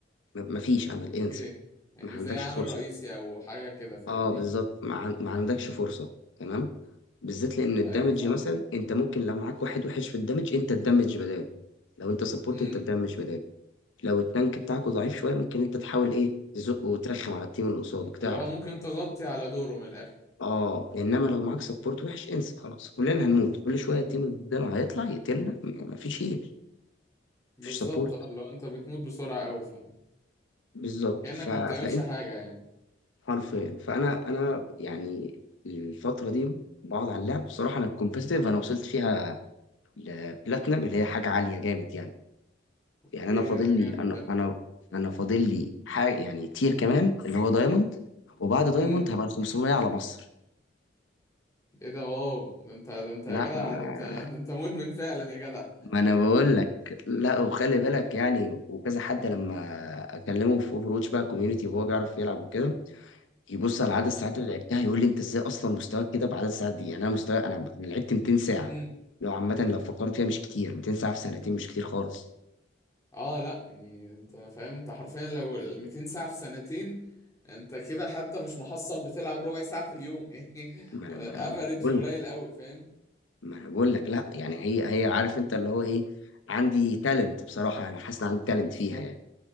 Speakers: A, on the left; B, on the left.
A: م- مفيش امل
B: اوكي
A: انسى
B: يعني
A: ما عندكش
B: زي عامل
A: فرصه
B: رئيسي او حاجة كده فاهمني
A: اه بالظبط ما, عن- ما عندكش
B: امم
A: فرصة تمام بالذات لان الدامج
B: ايوه فاهم
A: مثلا انت ممكن لو معاك واحد وحش في الدامج انت تدمج بداله لو انت سبورت
B: امم
A: انت تدمج بداله لو التانك بتاعك ضعيف شوية ممكن انت تحاول ايه تزق وترخم على التيم اللي قصادك تعرف
B: اللي هو ممكن تغطي على دوره من الاخر
A: اه انما لو معاك سبورت وحش انسى خلاص كلنا هنموت كل شوية
B: امم
A: التيم اللي قدامه هيطلع يقتلنا م- مفيش هيل
B: بالظبط
A: مفيش سبورت
B: اه اللي هو انت بتموت بسرعة قوي فاهم
A: بالظبط
B: كأنك
A: ف...
B: ما بتعملش
A: فانت
B: حاجة يعني
A: حرفيا فانا انا يعني الفترة دي بقعد على اللعب بصراحة انا الكومبيتيتيف انا وصلت فيها لبلاتنم اللي هي حاجة عالية جامد يعني
B: اوكي
A: يعني أنا فاضل
B: ده جامد
A: لي أنا
B: ده
A: أنا أنا فاضل لي حاجة يعني تير كمان اللي هو دايموند وبعد دايموند
B: امم
A: هبقى ال 500 على مصر
B: ايه ده واو ده انت ده انت
A: لا
B: يا جدع
A: ما
B: ده انت <laughs> ده انت مدمن فعلا يا جدع
A: ما أنا بقول لك لا
B: امم
A: وخلي بالك يعني وكذا حد لما أكلمه في أوفرواتش بقى كوميونيتي وهو بيعرف يلعب وكده يبص على عدد الساعات اللي لعبتها يقول لي أنت إزاي أصلا مستواك كده بعدد الساعات دي يعني أنا مستوى أنا أنا لعبت 200 ساعة
B: امم
A: لو عامة لو فكرت فيها مش كتير 200 ساعة في سنتين مش كتير خالص
B: اه لا يعني انت فاهم انت حرفيا لو ال 200 ساعة في سنتين انت كده حتى مش محصل بتلعب ربع ساعة في اليوم يعني
A: ما
B: <laughs>
A: أنا
B: افريج
A: ما ما أنا بقول
B: قليل قوي فاهم
A: ما انا بقول لك لا يعني هي هي عارف انت اللي
B: مم.
A: هو ايه عندي تالنت بصراحه انا حاسس ان عندي تالنت
B: بالظبط
A: فيها يعني